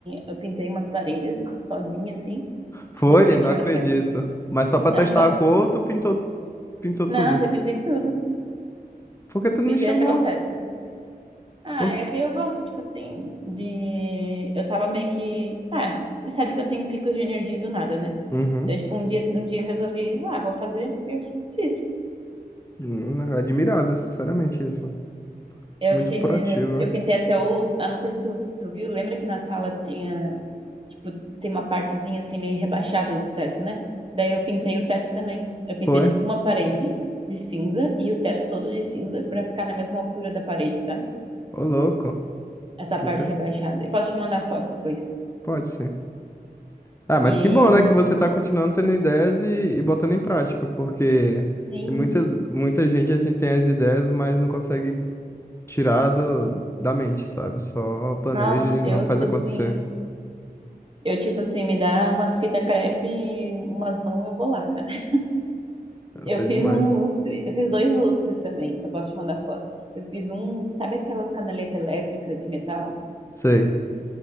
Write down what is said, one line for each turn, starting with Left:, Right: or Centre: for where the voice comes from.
Right: Eu pintei umas paredes sozinha, assim.
Left: Foi?
Right: Tipo, do it
Left: Não
Right: yourself.
Left: acredito. Mas só pra testar
Right: Aham.
Left: a cor, tu pintou, pintou
Right: Não,
Left: tudo.
Right: já pintei tudo.
Left: Por que tu não
Right: Pintei
Left: me chamou?
Right: até o teto. Ah,
Left: Por...
Right: é que eu gosto, tipo assim, de. Eu tava meio que. Ah, me sabe que eu tenho picos de energia do nada, né?
Left: Uhum.
Right: Então, tipo, um dia, um dia eu resolvi, ah, vou fazer, eu fiz.
Left: Hum, Admirável, sinceramente, isso.
Right: Eu
Left: Muito
Right: fiz,
Left: proativo.
Right: eu pintei até o, ah, não sei se tu, tu viu, lembra que na sala tinha, tipo, tem uma partezinha assim meio rebaixada do teto, né? Daí eu pintei o teto também. Eu pintei
Left: Foi?
Right: tipo uma parede de cinza e o teto todo de cinza pra ficar na mesma altura da parede, sabe?
Left: Ô, louco.
Right: Essa
Left: Que
Right: parte
Left: te...
Right: rebaixada. Eu posso te mandar foto depois.
Left: Pode ser. Ah, mas
Right: E
Left: que bom, né, que você tá continuando tendo ideias e, e botando em prática, porque
Right: sim,
Left: tem muita, muita gente assim tem as ideias, mas não consegue tirar do- da mente, sabe? Só planeja
Right: nossa,
Left: e não
Right: eu
Left: faz
Right: tipo
Left: acontecer.
Right: assim, eu tipo assim me dá umas fitas crepe, e umas mãos eu vou lá, sabe? Eu
Left: Isso é demais.
Right: fiz um lustre, eu fiz dois lustres também. Eu posso te mandar foto. Eu fiz um, sabe aquelas canaletas elétricas de metal?
Left: Sei.